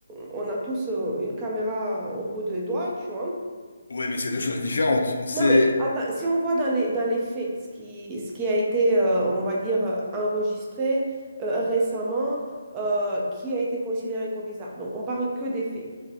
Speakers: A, on the right; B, on the left.
A: on a tous euh, une caméra au bout des doigts, tu vois.
B: Ouais, mais c'est deux choses différentes. C'est
A: Non, mais attends, si on voit dans les, dans les faits ce qui, ce qui a été, euh, on va dire, euh, enregistré euh, récemment, euh, qui a été considéré comme bizarre. Donc, on parle que des faits.